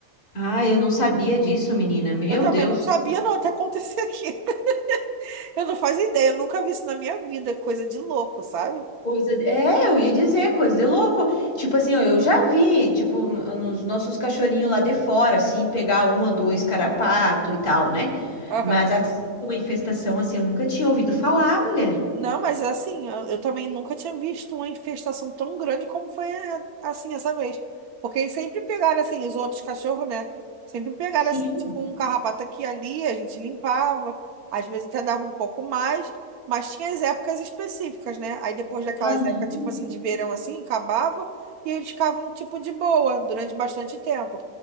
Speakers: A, on the left (about 80°); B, on the right (about 75°).
A: Ah, eu não sabia disso, menina. Meu
B: Eu também
A: Deus.
B: não sabia não até acontecer aqui. <laughs> Eu não fazia ideia, eu nunca vi isso na minha vida, coisa de louco, sabe?
A: Coisa. É, eu ia dizer, coisa de louco. Tipo assim, ó, eu já vi, tipo, n- nos nossos cachorrinhos lá de fora, assim, pegar um ou dois carrapato e tal, né?
B: Aham.
A: Mas assim, uma infestação assim, eu nunca tinha ouvido falar, mulher.
B: Não, mas assim, eu, eu também nunca tinha visto uma infestação tão grande como foi eh, assim essa vez. Porque eles sempre pegaram assim, os outros cachorros, né? Sempre pegaram
A: Sim.
B: assim, tipo, um carrapato aqui e ali, a gente limpava, às vezes até dava um pouco mais, mas tinha as épocas específicas, né? Aí depois daquelas
A: Aham.
B: épocas, tipo assim, de verão assim, acabava e eles ficavam, tipo, de boa durante bastante tempo.